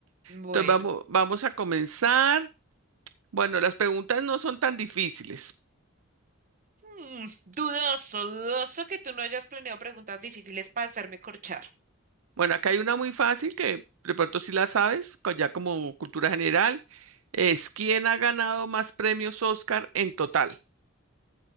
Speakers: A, on the right; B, on the right.
A: Bueno,
B: entonces vamos, vamos a comenzar. Bueno, las preguntas no son tan difíciles.
A: mm, dudoso, dudoso que tú no hayas planeado preguntas difíciles para hacerme corchar.
B: Bueno, acá hay una muy fácil que de pronto sí la sabes, co- ya como cultura general, es ¿quién ha ganado más premios Oscar en total?